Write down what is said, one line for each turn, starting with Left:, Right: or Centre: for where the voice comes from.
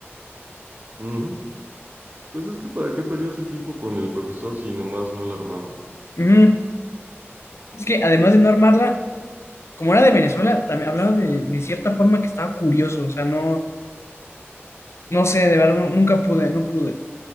Right: Ujú. Pues es que para qué perdías el tiempo con el profesor si nomás no lo armaba.
Left: Ujú. Es que además de no armarla, como era de Venezuela, también hablaba de, de cierta forma que estaba curioso, o sea, no, no sé, de verdad no- nunca pude, no pude.